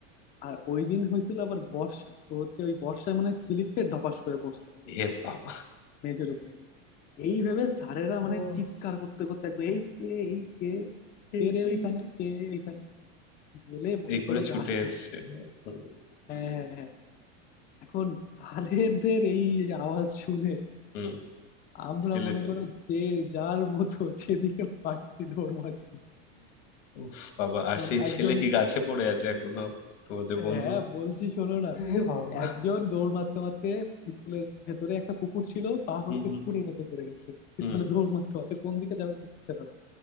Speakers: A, on the left; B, on the left.
A: আর ওই দিন হয়েছিল আবার বর্ষা তো হচ্ছে ওই বর্ষায় মানে স্লিপ খেয়ে ধপাস করে পড়ছে
B: এ বাবা
A: মেঝের উপরে এই ভেবে স্যারেরা
B: ও,
A: মানে চিৎকার করতে করতে একদম এই কে এই কে
B: এই
A: কে রে ওইখানে
B: এই
A: কে ওইখানে বলে মনে
B: এই করে
A: করো
B: ছুটে
A: যে আসতেছে
B: এসছে হুম
A: হ্যাঁ হ্যাঁ হ্যাঁ এখন স্যারেদের এই যে আওয়াজ শুনে
B: হুম,
A: আমরা
B: ছেলে
A: মনে
B: পেলে
A: করো যে যার মতো যেদিকে পারছি দৌড় মারছি
B: উফ বাবা আর
A: কারণ
B: সেই
A: একজন
B: ছেলে কি গাছে পড়ে আছে এখনো তোমাদের
A: হ্যাঁ
B: বন্ধু
A: বলছি শোনো না
B: এ বাবা
A: একজন দৌড় মারতে মারতে স্কুলের ভেতরে একটা পুকুর ছিল পাহাড়কে
B: হুম হুম
A: পুকুরের মধ্যে পড়ে গেছে
B: হুম
A: মানে দৌড় মারতে মারতে কোন দিকে যাবে বুঝতেছে না